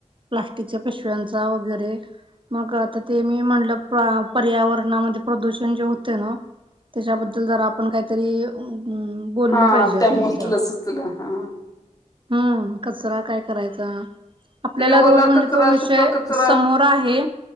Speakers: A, on the right; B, on the left.
A: प्लास्टिकच्या पिशव्यांचा वगैरे मग आता ते मी म्हणलं? पर्यावरणामध्ये प्रदूषण जे होते ना त्याच्याबद्दल जर आपण काहीतरी बोललं
B: हा
A: पाहिजे
B: त्यामुळे
A: आपण त्याच्यावर
B: तुला सुचलं हा.
A: हम्म कचरा काय करायचा? आपल्याला
B: ते ओला
A: रोज म्हणजे
B: कचरा
A: तो विषय
B: सुका कचरा
A: समोर आहे